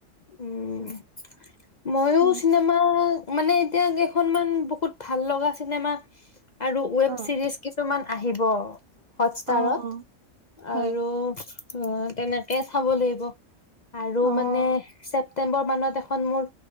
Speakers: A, on the left; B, on the right.
A: উম। মইয়ো
B: হয়,
A: চিনেমা মানে এতিয়া কেইখনমান বহুত ভাল লগা চিনেমা আৰু ওৱেব
B: অ',
A: চিৰিজ কিছুমান আহিব হটষ্টাৰত,
B: অ', হয়।
A: আৰু অ', তেনেকে চাব লাগিব। আৰু
B: অ',
A: মানে ছেপ প্তেম্বৰ মানত এখন মোৰ